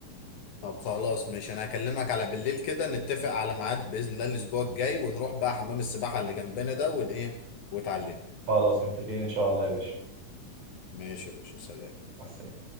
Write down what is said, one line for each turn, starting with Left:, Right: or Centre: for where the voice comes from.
Left: طب خلاص ماشي انا هكلمك على بالليل كده نتفق على ميعاد باذن الله الاسبوع الجاي ونروح بقى حمام السباحه اللي جنبنا ده وايه وتعلمني
Right: خلاص متفقين ان شاء الله يا باشا
Left: ماشي يا باشا سلام
Right: مع السلامة